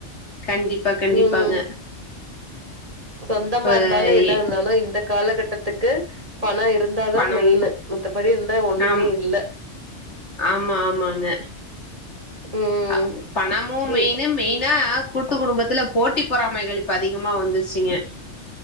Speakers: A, on the left; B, on the right.
A: கண்டிப்பா கண்டிப்பாங்க
B: ம் சொந்தமா
A: இப்ப
B: இருந்தாலு எதா
A: எ
B: இருந்தாலு இந்த காலகட்டத்துக்கு பணோ இருந்தாதா
A: பணம்
B: மெயினு மத்தபடி இருந்தா ஒண்ணுமே
A: ஆம்
B: இல்ல
A: ஆமா ஆமாங்க
B: ம்
A: அ பணமு மெயினு
B: இ
A: மெய்னா கூட்டு குடும்பத்துல போட்டி பொறாமைகள் இப்ப அதிகமா வந்துருச்சுங்க